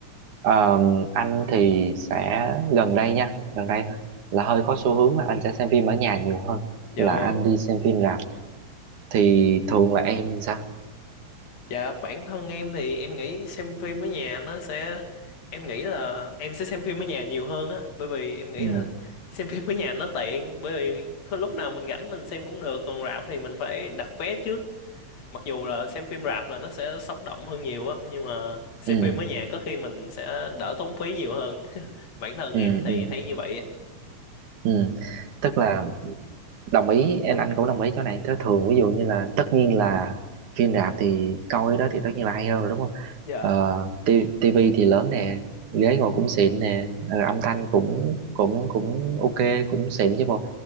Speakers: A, on the right (about 85°); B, on the left (about 60°).
A: Ờ, anh thì sẽ gần đây nha gần đây thôi là hơi có xu hướng là anh sẽ xem phim ở nhà nhiều hơn
B: Dạ
A: là
B: vâng.
A: anh đi xem phim rạp thì thường là em sao
B: Dạ bản thân em thì em nghĩ xem phim ở nhà nó sẽ em nghĩ là em sẽ xem phim ở nhà nhiều hơn á bởi vì em nghĩ
A: ừ
B: là xem phim ở nhà nó tiện bởi vì có lúc nào mình rảnh mình xem cũng được còn rạp thì mình phải đặt vé trước mặc dù là xem phim rạp là nó sẽ sống động hơn nhiều á nhưng mà xem
A: ừ
B: phim ở nhà có khi mình sẽ đỡ tốn phí nhiều hơn <laughs> bản thân
A: ừ
B: em thì
A: ừ,
B: thấy như vậy á.
A: ừ. tức là đồng ý em anh cũng đồng ý chỗ này thế thường ví dụ như là tất nhiên là phim rạp thì coi đó thì tất nhiên là hay hơn rồi đúng không
B: Dạ
A: ờ, ti- tivi thì lớn nè ghế ngồi cũng xịn nè ờ, âm thanh cũng cũng cũng ok cũng xịn chứ bộ